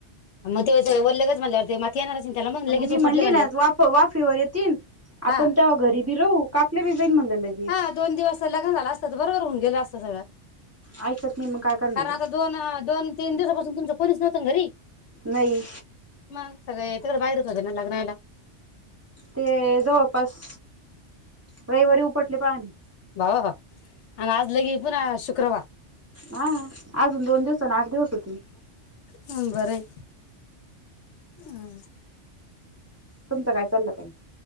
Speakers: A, on the left; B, on the right.
A: मग ते जर वर लगेच म्हणल्यावर ते माती येणारच नाही त्याला लगेच
B: मग मी
A: उपटले
B: म्हणली
A: म्हणलं
B: ना वाफ वाफेवर येतील
A: हा
B: आपण तेव्हा घरी बी राहू कापले बी जाईन म्हणलं. लगेच
A: हा दोन दिवस लग्न झालं असत तर बरोबर होऊन गेलं असत सगळं
B: ऐकत नाही मग काय करणार
A: कारण आता
B: आहे
A: दोन दोन तीन दिवसापासून तुमच कोणीच नव्हतं ना घरी
B: नाही
A: मग सगळे तिकडं बाहेरच होते ना लग्नाला
B: ते जवळपास रविवारी उपटले पाणी
A: भाऊ, आणि आज लगे पुन्हा शु क्रवार
B: हा अजून दोन दिवस आणि आठ दिवस होती
A: हं बरयं आ
B: तुमचं काय चाललं पण